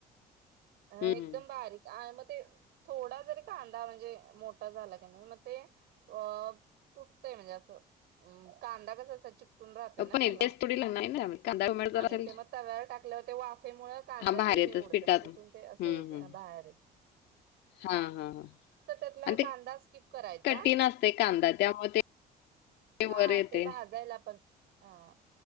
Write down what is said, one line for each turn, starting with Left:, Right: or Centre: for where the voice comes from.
Right: हा
Left: हं,
Right: एकदम
Left: हं.
Right: बारीक आय म ते थोडा जरी कांदा म्हणजे मोठा झाला की नाई म ते अ चुकतंय म्हणजे असं अ कांदा कसा असा ची राहतोय ना
Left: पण
Right: त्याला
Left: टेस्ट थोडी लागणार आहे ना त्यामध्ये. कांदा टोमॅटो जर
Right: आणि
Left: असेल
Right: ते म तव्यावर टाकल्यावर ते वाफेमुळं कांद्याच
Left: हां, बाहेर
Right: हे
Left: येतच
Right: उडतं
Left: पिठातून.
Right: म तिथून ते असं
Left: हं,
Right: होते
Left: हं.
Right: आ बायेरे
Left: हां हा हां
Right: त्यातला
Left: अन्
Right: कांदा
Left: ते
Right: स्किप करायचा
Left: कठीण असते कांदा त्यामुळं ते
Right: हा
Left: वर येते.
Right: ते भाजायला पण हा